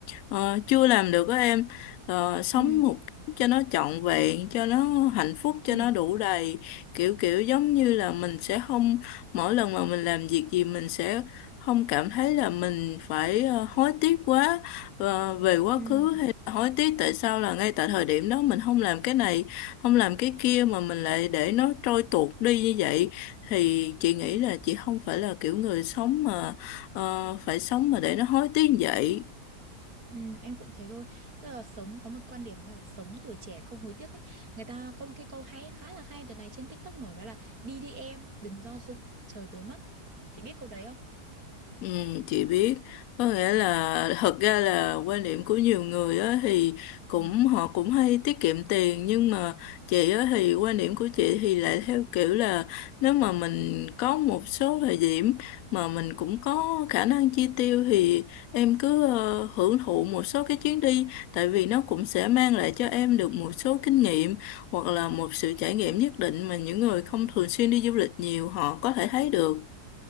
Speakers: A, on the left (about 70°); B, on the right (about 60°).
A: ờ, chưa làm được á em ờ, sống
B: ừ
A: một cách cho nó trọn vẹn cho nó hạnh phúc cho
B: ừ
A: nó đủ đầy kiểu kiểu giống như là mình sẽ không mỗi lần mà mình làm việc gì mình sẽ không cảm thấy là mình phải ờ, hối tiếc quá ờ, về quá
B: ừ
A: khứ hay là hối tiếc tại sao là ngay tại thời điểm đó mình không làm cái này không làm cái kia mà mình lại để nó trôi tuột đi như vậy thì chị nghĩ là chị không phải là kiểu người sống mà ờ, phải sống mà để nó hối tiếc như vậy
B: Ừ, em cũng thế thôi tức là sống có một quan điểm là sống tuổi trẻ không hối tiếc ấy người ta có một cái câu hay khá là hay đợt này trên TikTok nổi đó là đi đi em đừng do dự trời tối mất chị biết câu đấy không
A: Ừ, chị biết có nghĩa
B: đó
A: là thật ra là quan điểm của nhiều người á thì cũng
B: Ừ.
A: họ cũng hay tiết kiệm tiền nhưng mà chị á thì quan điểm của chị thì lại theo kiểu là nếu mà mình có một số thời điểm mà mình cũng có khả năng chi tiêu thì em cứ ờ, hưởng thụ một số cái chuyến đi tại vì nó cũng sẽ mang lại cho em được một số kinh nghiệm hoặc là một sự trải nghiệm nhất định mà những người không thường xuyên đi du lịch nhiều họ có thể thấy được